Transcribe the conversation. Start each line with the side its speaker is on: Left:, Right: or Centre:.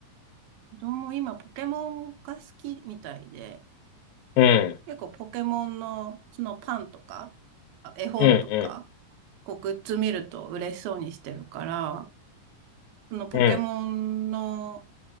Right: 子供、今、ポケモンが好きみたいで、
Left: うん、
Right: 結構ポケモンの、そのパンとか、あ絵本とか、
Left: うん、
Right: こう、グッズ見ると嬉しそうにしてるから、そのポケモンの、
Left: うん、うん、